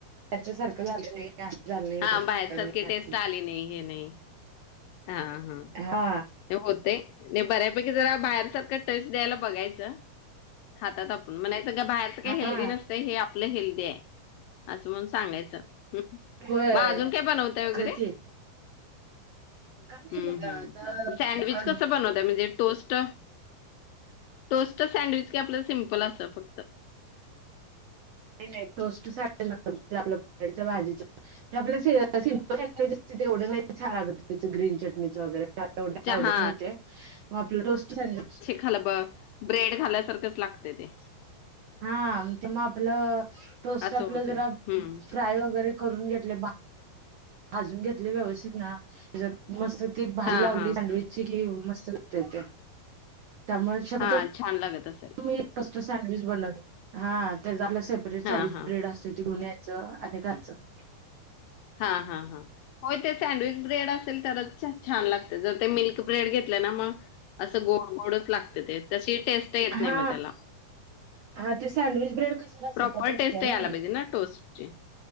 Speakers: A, on the right (about 65°); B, on the left (about 80°).
A: त्याच सारखं झालं नाही. हेए आसं झालं. नाही
B: हा
A: तस
B: बाहेर
A: नाही
B: सारखी
A: नाटकी
B: टेस्ट आली नाही हे नाही. हा हा
A: हा
B: ते होतेय ते बऱ्यापैकी ते जरा बाहेर सारख टेस्ट द्यायला बघायच, खातात आपलं म्हणाच. सगळं बाहेरच काही
A: हा
B: हेल्दी नसतं, हे आपलं हेल्दी आहे. असं म्हण सांगायचं हू.
A: होय
B: मग अजून काय? बनवताय वगैरे.
A: खरंच की काय नाही
B: हम्म
A: बघा
B: हम्
A: आता
B: सँडविच कसं बनवत्यात, म्हणजे टोस्ट. टोस्ट सँडविच का? आपलं सिम्पल असत फक्त.
A: नाही नाही टोस्ट सँडविच <unintelligible> आपल्या बटाट्याच्या भाजीचा. आपल्या सिंपल सँडवेज असते, तेवढं नाही छान लागत, त्याच ग्रीन चटणीचं वगैरे. मला तेवढं
B: चहा
A: आवडत नाही ते, मग आपलं रोस्ट सँडविच
B: खालं ब ब्रेड खाल्या सारखंच लागतं ते
A: हा, ते मग आपलं टोस्ट,
B: असं
A: आपलं
B: होतंय
A: जरा
B: हम्म.
A: फ्राय वगैरे करून घेतलं, बा भाजून घेतले व्यवस्थित, ना? त्याच्यात मस्त ती भाजी
B: हा
A: लावली,
B: हा
A: सँडविच चीकेव मस्त लागते त्या त्यामुळे, शकतो
B: हा छान लागत असेल
A: मी, फर्स्ट सँडविच बनवत... हा, तर झालं स ब्रेड, सँडविच
B: हा हा
A: ब्रेड असते, ती कडून यायचं आणि खायचं
B: हा, हा, हा... हो, ते सँडविच ब्रेड असेल तरच छान लागते जर ते मिल्क ब्रेड घेतलं ना, मग असं गोड-गोडच लागते ते, तशी टेस्ट ते येत नाही
A: हा
B: मग त्याला
A: हा ते सँडविच ब्रेड कसं, जरा
B: प्रॉपर
A: सपक असतं
B: टेस्ट यायला
A: ना,
B: पाहिजे टोस्टची